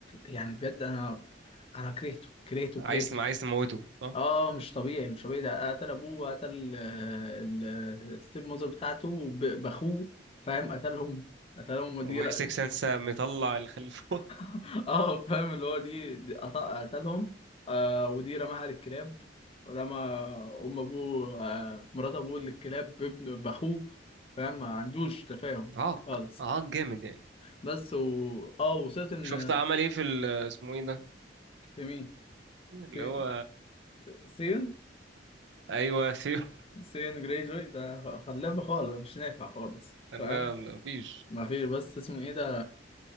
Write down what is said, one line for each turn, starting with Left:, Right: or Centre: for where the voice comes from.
Left: يعني بجد انا انا كرهته كرهته
Right: عايز
Left: كرهته
Right: عايز تموته صح
Left: اه مش طبيعي مش طبيعي ده قتل ابوه وقتل آه، ال- آه، الستيب ماذر بتاعته ب- باخوه فاهم قتلهم قتلهم ودي
Right: ومحسك
Left: ر-
Right: سنسة مطلع الخلي فوق
Left: <laughs> اه فاهم اللي هو دي, دي قط- قتلهم آه ودي رماها للكلاب رمى ام ابوه آه مرات ابوه للكلاب بابن باخوه فاهم ما عندوش تفاهم
Right: <laughs> عاق
Left: خالص
Right: عاق جامد يعني
Left: بس و اه وصلت ان
Right: شفت عمل ايه في ال- اسمه ايه ده
Left: في مين
Right: اللي
Left: في
Right: هو
Left: سين
Right: ايوه ثيو <laughs>
Left: سين جريجوي ده خلابه خالص مش نافع خالص
Right: لا
Left: فاهم
Right: مفيش
Left: ما فيش بس اسمه ايه ده